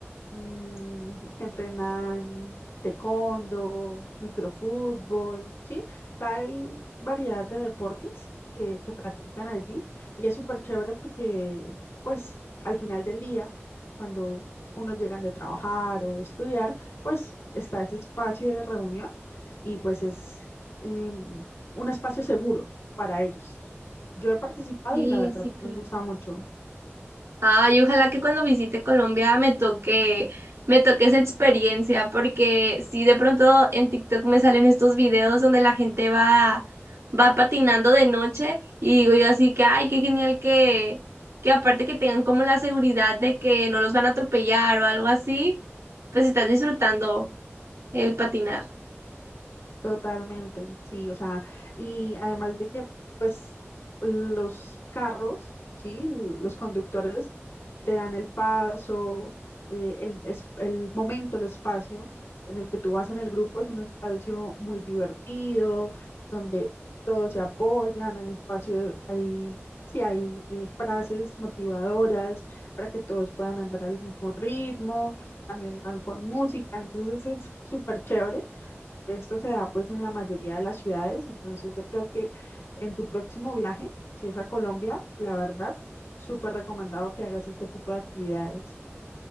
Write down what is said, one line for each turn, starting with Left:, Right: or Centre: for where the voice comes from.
Left: mm, que entrenan taekwondo, microfútbol, ¿sí? O sea, hay variedad de deportes que, que practican allí y es súper chévere porque pues al final del día, cuando unos llegan de trabajar o de estudiar, pues está ese espacio de reunión y pues es em, un espacio seguro para ellos. Yo he participado
Right: Sí,
Left: y la verdad
Right: sí, claro.
Left: me gusta mucho.
Right: Ay, ojalá que cuando visite Colombia me toque, me toque esa experiencia, porque si de pronto en TikTok me salen estos videos donde la gente va, va patinando de noche y digo yo así que, ay, qué genial que, que aparte que tengan como la seguridad de que no los van a atropellar o algo así, pues estás disfrutando el patinar.
Left: Totalmente, sí, o sea, y además de que, pues, los carros, sí, L- los conductores te dan el paso, eh, el, es- el momento, el espacio en el que tú vas en el grupo es un espacio muy divertido, donde todos se apoyan, hay espacio, hay, sí, hay eh, frases motivadoras para que todos puedan andar al mismo ritmo, también van con música, entonces es súper chévere. Esto se da pues en la mayoría de las ciudades, entonces yo creo que en tu próximo viaje, si es a Colombia, la verdad, súper recomendado que hagas este tipo de actividades.